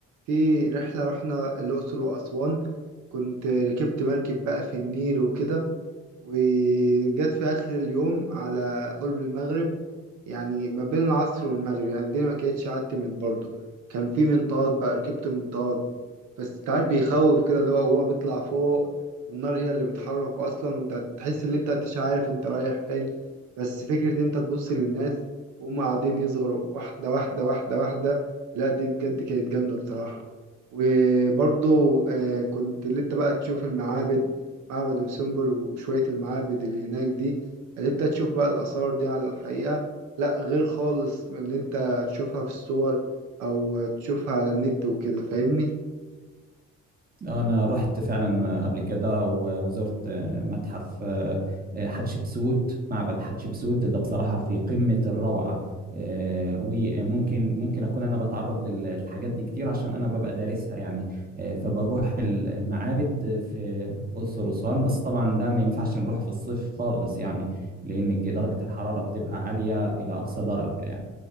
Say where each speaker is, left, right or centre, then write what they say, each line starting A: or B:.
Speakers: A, on the right; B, on the right.
A: في رحلة رحنا الأقصر وأسوان كنت ركبت مركب بقى في النيل وكده وجت في آخر اليوم على قرب المغرب يعني ما بين العصر والمغرب يعني الدنيا ما كانتش عتمت برضه كان في منطاد بقى ركبت منطاد بس تعرف بيخوف كده اللي هو هو بيطلع فوق والنار هي اللي بتحرك أصلا وانت تحس إن انت مش عارف انت رايح فين بس فكرة إن انت تبص للناس وهم قاعدين يصغروا واحدة واحدة واحدة واحدة لا دي بجد كانت جامدة بصراحة وبرضه آه، كنت لسه بقى تشوف المعابد معبد أم سمبل وشوية المعابد اللي هناك دي اللي انت تشوف بقى الآثار دي على الحقيقة لا غير خالص من اللي انت تشوفها في الصور أو تشوفها على النت وكده فاهمني؟
B: انا رحت فعلا قبل كده و- وزرت متحف آه، حتشبسوت معبد حتشبسوت ده بصراحة في قمة الروعة آه، وممكن ممكن اكون انا بتعرض لل- للحاجات دي كتير عشان انا ببقى دارسها يعني آه، فبروح ال- المعابد في اقصر واسوان بس طبعا ده ما ينفعش نروح في الصيف خالص يعني لان درجة الحرارة بتبقى عالية الى اقصى درجة يعني